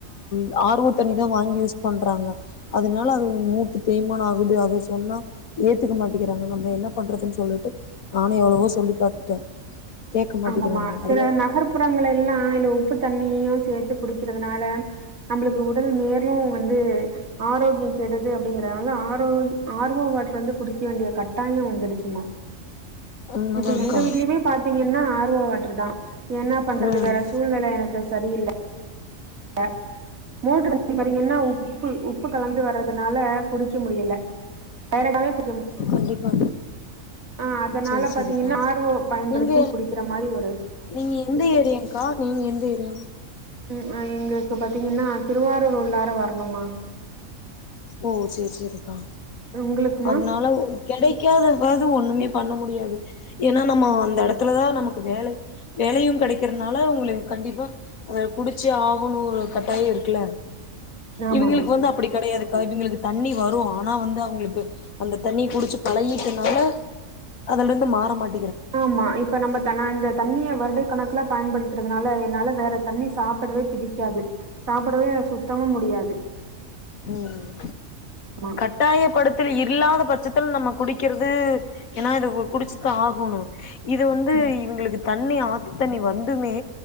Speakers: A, on the left; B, on the right.
A: ஆ ஆர்வோ தண்ணிதா வாங்கி யூஸ் பண்றாங்க அதனால அது மூட்டு தேய்மானம் ஆகுது அத சொன்னா ஏத்துக்கமாட்டிக்கிறாங்க நம்ம என்ன பண்றதுன்னு சொல்லிட்டு நானும் எவ்ளவோ சொல்லி பாத்துட்டே கேட்க மாட்டேங்கிறாங்க
B: ஆமாமா சில
A: அதுல
B: நகர்ப்புறங்கள எல்லா இல்ல உப்பு தண்ணியையும் சேர்த்து குடிக்கிறதுனால நம்பளுக்கு உடல் மேலும் வந்து ஆரோக்கியம் கெடுது அப்படிங்கிறதுனால ஆரோ ஆர்வோ வாட்டர் வந்து குடிக்க வேண்டிய கட்டாயம் வந்துடுச்சுமா
A: உண்மதான்கா
B: இப்ப எங்க வீட்லயுமே பாத்தீங்கன்னா ஆர்வோ வாட்ருதா என்ன பண்றது
A: ம்
B: வேற சூழ்நிலை எனக்கு சரியில்ல அ மோட்டரு <unintelligible> பாத்தீங்கன்னா உப்பு உப்பு கலந்து வர்றதுனால குடிக்க முடியல டயாடா ஆயிட்டவே கு
A: கண்டிப்பா
B: ஆ அதனால
A: செரி செரிக்கா
B: பாத்தீங்கன்னா ஆர் ஓ பயன்படுத்தி
A: நீங்க
B: குடிக்கிற மாரி ஒரு
A: நீங்க எந்த ஏரியாக்கா நீங்க எந்த ஏரியா
B: ம் அ எங்களுக்கு பாத்தீங்கன்னா திருவாரூர் உள்ளார வரணும்மா
A: ஓ சேரி சேரிக்கா
B: உங்களுக்குமா
A: அதனால ஒ கெடைக் கெடைக்காதாவது ஒண்ணுமே பண்ண முடியாது ஏனா நம்ம அந்த இடத்துலதா நமக்கு வேல வேலையும் கிடைக்கறதுனால உங்களுக் கண்டிப்பா அத குடிச்சே ஆகணும் ஒரு கட்டாய இருக்குல
B: ஆமாமா
A: இவிங்களுக்கு வந்து அப்படி கெடையாது அவிங்களுக்கு தண்ணி வரும் ஆனா வந்து அவுங்களுக்கு அந்த தண்ணி குடிச்சு பழகிட்டனால அதுலந்து மாற மாட்
B: ப்ப ம்மா இப்ப நம்ப தண இந்த தண்ணிய வருட கணக் கு பயன்படுத்துறதுனால என்னால வேற தண்ணி சாப்படவே பிடிக்காது சாப்புடவே சுத் தம்மா முடியாது
A: ம்
B: ஆமா
A: கட்டாய படுத்தில் இல்லாவ் த பட்சத்துல நம்ம குடிக்கிறது ஏனா இது குடிச்சுதா ஆகணும் இது வந்து
B: ம்
A: இவுங்களுக்கு தண்ணி ஆத்து தண்ணி வந்துமே